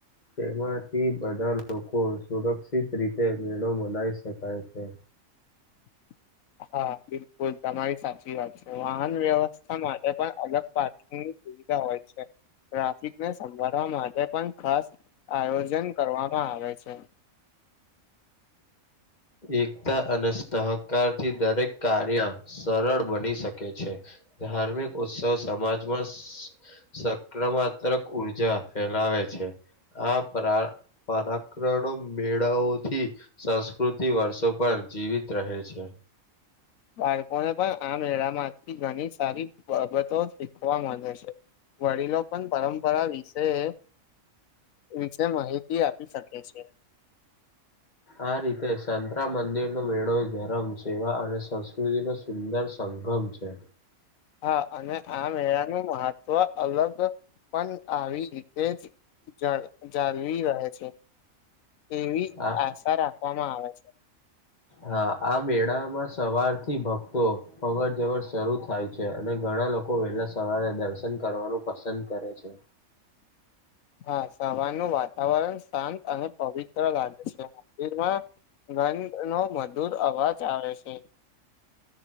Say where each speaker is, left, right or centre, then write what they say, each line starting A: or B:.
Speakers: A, on the left (about 30°); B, on the left (about 75°).
A: તેમાંથી બધા લોકો સુરક્ષિત રીતે મેળો મનાવી શકાય છે.
B: <inaudible> હા બિલકુલ તમારી સાચ ચી વાત છે વાહન વ્યવસ્થા માટે પણ અલગ પાર્કિંગની સુવિધા હોય છે. ટ્રાફિક ને સંભાળ વા માટે પણ ખાસ આયોજન કરવામાં આવે છે. <inaudible>
A: એકતા અને સહકાર થી દરેક કાર્ય સરળ બની શકે છે. ધાર્મિક ઉત્સવ સમાજમાં સક્રમાત્તક ઉર્જા ફેલાવે વે છે આ પરા પરાક્રડો મેળાઓથી સંસ્કૃત થી વર્ષો પણ જીવિત રહે છે.
B: બાળકોને પણ આ મેળામાંથી ઘણી સારી બાબતો શીખવા મળે છે. વડીલો પણ પરંપરા વિસે એ વિશે માહિતી આપી શકે છે.
A: આ રીતે સંતરામ મંદિર નો મેળો ધરમ, સેવા અને સંસ્કૃતિ નો સુંદર સ સંગમ છે.
B: હા અને આ મેળાનું મહત્વ અલગ પણ આવી રીતે જ જાડ જાળવી રહે છે. એવી
A: આ
B: આશા રાખવામાં આવે છે..
A: હા આ મેળામાં સવારથી ભક્તો અવર જવર શરૂ થાય છે અને ઘણા ઘણા લોકો વહેલા સવારે દર્શન કરવાનું પસંદ કરે છે.
B: <inaudible> હા સવારનું વાતાવરણ શાંત અને પવિત્ર લાગે છે મંદિરમાં ઘંટનો મધુર અવાજ આવે છે.